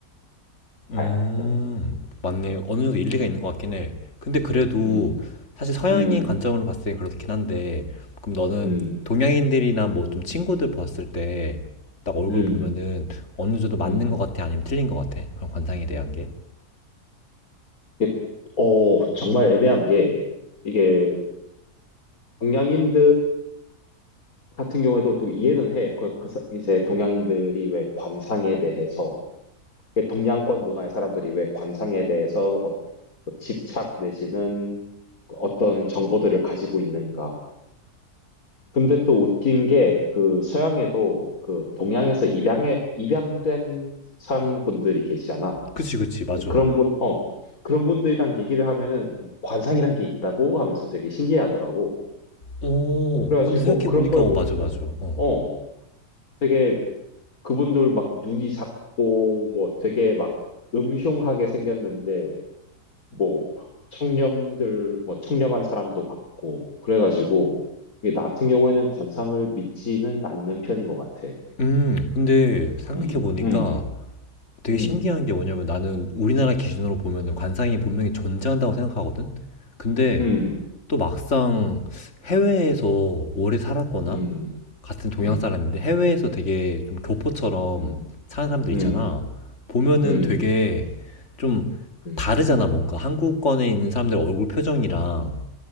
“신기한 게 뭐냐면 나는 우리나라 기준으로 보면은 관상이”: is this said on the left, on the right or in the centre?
Left